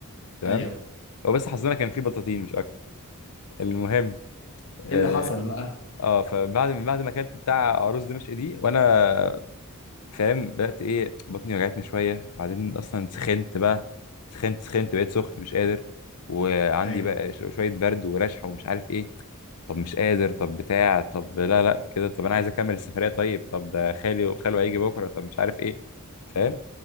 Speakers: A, on the left (about 90°); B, on the left (about 60°).
A: تمام
B: ايوه
A: هو بس حظنا كان فيه بطاطين مش اكتر المهم اه
B: ايه اللي حصل بقى
A: آه، فبعد من بعد ما اكلت بتاع عروس دمشق دي وانا فاهم بدأت ايه بطني وجعتني شوية بعدين اصلا سخنت بقى سخنت سخنت بقيت سخن مش قادر وعندي
B: ايوه
A: بقى ش- شوية برد ورشح ومش عارف ايه طب مش قادر طب بتاع طب لا لا كده طب انا عايز اكمل السفرية طيب طب ده خالي وخاله هيجي بكرة طب مش عارف ايه فاهم